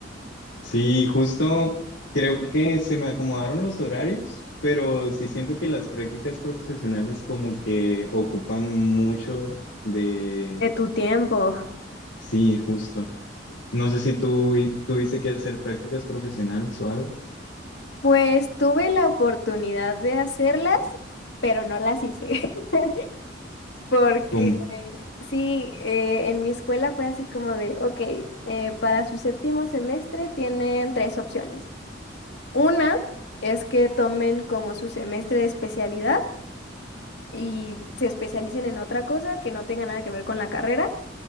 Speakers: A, on the left (about 85°); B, on the left (about 65°).
A: Sí, justo creo que se me acomodaron los horarios, pero sí siento que las prácticas profesionales como que ocupan mucho de...
B: De tu tiempo.
A: Sí, justo. No sé si tú y- tuviste que hacer prácticas profesionales o algo.
B: Pues tuve la oportunidad de hacerlas, pero no las hice. <laughs> Porque
A: ¿Cómo?
B: sí, eh, en mi escuela fue así como de, ok, eh, para su séptimo semestre tienen tres opciones. Una es que tomen como su semestre de especialidad. y se especialicen en otra cosa que no tenga nada que ver con la carrera.